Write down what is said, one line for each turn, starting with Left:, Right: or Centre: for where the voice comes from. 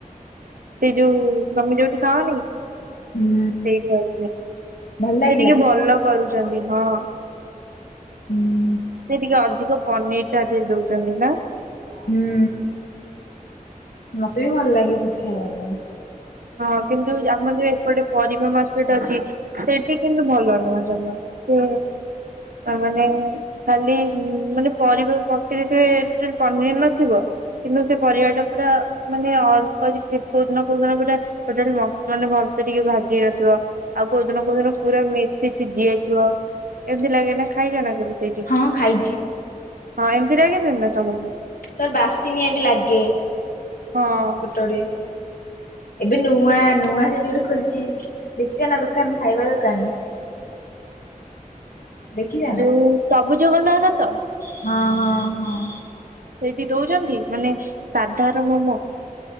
Right: ସି ଯଉ ମେ। ଖାଅନି,
Left: ହୁଁ
Right: ସେଇଠୁ ଆଣିବେ ସେ
Left: ଭଲ ଲାଗିଲା
Right: ଟିକେ ଭଲ କରୁଚ଼ନ୍ତି ହଁ।
Left: ହୁଁ।
Right: ସେ ଟିକେ ଅଧିକ ପନିର ଟା ତା ଦେ ଦଉଚ଼ନ୍ତି ନା?
Left: ହୁଁ ମତେ ବି ଭଲ ଲାଗେ ସେଠି ଖାଇବା ପାଇଁ।
Right: ହଁ କିନ୍ତୁ ଆମର ଯୋଉ ଏପଟେ ପରିବା ମାର୍କେଟ ଅଛି ସେଠି କି ଭଲ ନୁହଁ ଜମା ସେ ମାନେ ଖାଲି ମାନେ ପରିବା ପକେଇଦେଇଥିବେ ପନିର ନଥିବ। କିନ୍ତୁ ସେ ପରିବା ଟା ପୁରା ମାନେ ଅଳ୍ପ ଚ କୋଉଦିନ କୋଉଦିନ ପୁରା ମାନେ ମସ୍ ଭଲସେ ଟିକେ ଭାଜି ହେଇ ନଥିବ। ଆଉ କୋଉ ଦିନ କୋଉ ଦିନ ପୁରା ମେଶି ସିଝି ଯାଇଥିବ ଏମିତି ଲାଗେ ନା ଖାଇଛ ନା କେବେ ସେଇ
Left: ହଁ ଖାଇଚି।
Right: ହଁ ଏମିତିନାଗେ ନା ନ ତମକୁ
Left: ତୋର ବାସିନିଆ ବି ଲାଗେ
Right: ହଁ।
Left: ଗୋଟେ ଗୋଟେ ଏବେ ନୂଆ ନୂଆ ସେଇଠି ଗୋଟେ ଖୋଲିଛି ଦେଖିଛ ନା ଦୋକାନ ଖାଇବା ଦୋକାନ ଦେଖିଛ ନା
Right: ଯୋଉ ସବୁଜୋଗ ନର ତ
Left: ହଁ ହଁ ହଁ।
Right: ସେଇଠି ଦଉଛନ୍ତି ମାନେ ସାଧାର ମୋମୋ